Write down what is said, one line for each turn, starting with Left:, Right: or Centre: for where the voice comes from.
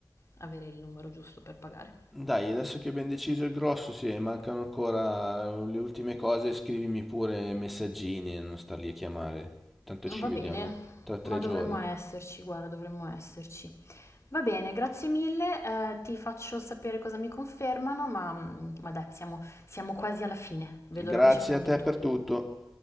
Left: avere il numero giusto per pagare.
Centre: Dai, adesso che abbiamo deciso il grosso, se mancano ancora eh, le ultime cose, scrivimi pure messaggini e non star lì a chiamare. Tanto ci
Left: Va
Centre: vediamo
Left: bene,
Centre: tra tre
Left: ma
Centre: giorni.
Left: dovremmo esserci, guarda, dovremmo esserci. Va bene, grazie mille, eh, ti faccio sapere cosa mi confermano, ma, mm, ma dai, siamo siamo quasi alla fine. Vedo
Centre: Grazie
Left: la luce in fondo
Centre: a te
Left: al tunnel.
Centre: per tutto.